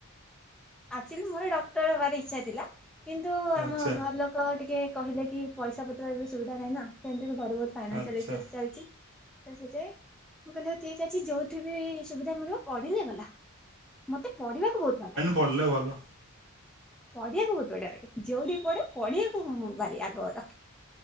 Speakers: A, in the centre; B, on the right.
A: ଆକ୍ଚୁଆଲି ମୋର ଡକ୍ଟର ହବାର ଇଚ୍ଛା ଥିଲା, କିନ୍ତୁ ଆମ
B: ଆଚ୍ଛା
A: ଘର ଲୋ କ ଟିକେ କହିଲେକି ପଇସା ପତ୍ର ଏବେ ସୁବିଧା ନାହିଁନା, ସେମିତିବି ଘରେ ବ ଫାଇନାନ୍ସରେ
B: ଆଚ୍ଛା।
A: ଇସୁ ଏସ୍ ଚାଲିଚି। ତସେଥିଇଁ ମୁଁ କଲି ହଉ ଠିକ୍ ଅଛି, ଯୋଉଠିବି ସୁବିଧା ମିଳିବ ପଢିଲେ ଗଲା। ମତେ ପଢିବାକୁ ବହୁତ୍ ଭଲଲାଗେ।
B: ପଢ଼ିଲେ ଭଲ।
A: ପଢିବାକୁ ବହୁତ୍ ବଢିଆ ଲାଗେ, ଯୋଉଠିବି ପଢେ ପଢିବାକୁ ମୁଁ ଭାରି ଆଗବର।